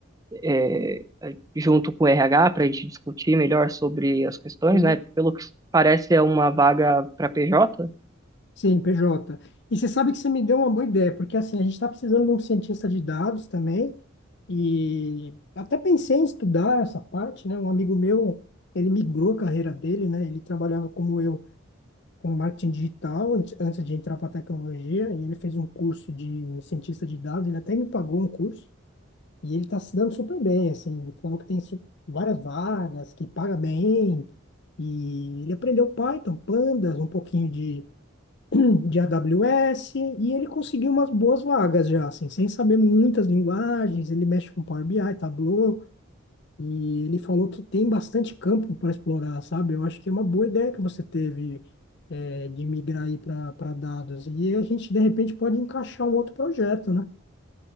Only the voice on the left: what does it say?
sim.
Sim, PJ. E você sabe que você me deu uma boa ideia, porque assim, a gente está precisando de um cientista de dados também, E até pensei em estudar essa parte, né? Um amigo meu, ele migrou a carreira dele, né? Ele trabalhava como eu, com marketing digital antes, antes de entrar para tecnologia, e ele fez um curso de cientista de dados, ele até me pagou um curso, e ele está se dando super bem, assim, ele falou que tem su- várias vagas, que paga bem, e ele aprendeu Python, Pandas, um pouquinho de, de AWS, e ele conseguiu umas boas vagas já, assim, sem saber muitas linguagens, ele mexe com Power BI, Tableau, e ele falou que tem bastante campo para explorar, sabe? Eu acho que é uma boa ideia que você teve é, de migrar aí para dados. E a gente, de repente, pode encaixar um outro projeto, né?